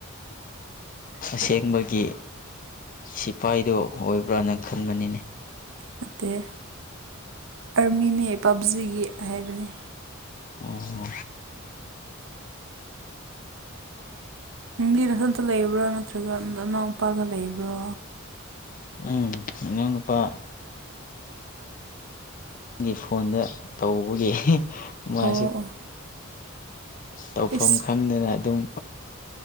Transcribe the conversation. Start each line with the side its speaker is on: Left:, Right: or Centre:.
Left: ꯑꯁꯦꯡꯕꯒꯤ ꯁꯤꯐꯥꯏꯗꯣ ꯑꯣꯏꯕ꯭ꯔꯥ ꯈꯟꯕꯅꯤꯅꯦ
Right: ꯅꯠꯇꯦꯍꯦ ꯑꯥꯔꯃꯤꯅꯤ ꯄꯞꯖꯤꯒꯤ ꯍꯥꯏꯕꯅꯤ
Left: ꯑꯣ
Right: ꯅꯪꯗꯤ ꯅꯊꯟꯇ ꯂꯩꯕ꯭ꯔꯥ ꯅꯠꯇ꯭ꯔꯒ ꯅꯅꯥꯎ ꯅꯨꯄꯥꯒ ꯂꯩꯕ꯭ꯔꯣ
Left: ꯎꯝ ꯏꯅꯥꯎ ꯅꯨꯄꯥ ꯃꯤꯒꯤ ꯐꯣꯟꯗ ꯇꯧꯕꯒꯤ ꯃꯥꯥꯏꯁꯨ
Right: ꯑꯣ
Left: ꯇꯧꯐꯝ
Right: ꯏꯁ
Left: ꯈꯪꯗꯅ ꯑꯗꯨꯝ